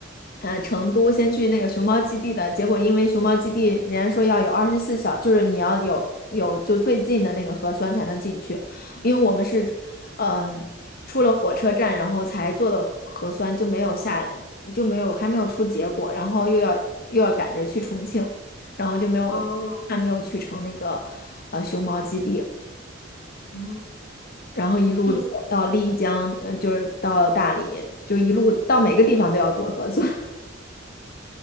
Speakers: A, on the left; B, on the left.
A: 呃，成都先去那个熊猫基地的，结果因为熊猫基地人家说要有二十四小，就是你要有有就最近的那个核酸才能进去，因为我们是嗯出了火车站，然后才做的核酸，就没有下就没有还没有出结果，然后又要又要赶着去重庆，然后就没有还没有去成那个呃熊猫基地。
B: 哦，哦，
A: 然后一路走到丽江，
B: 就
A: 呃，就是到大理，就一路到每个地方都要做核酸。<laughs>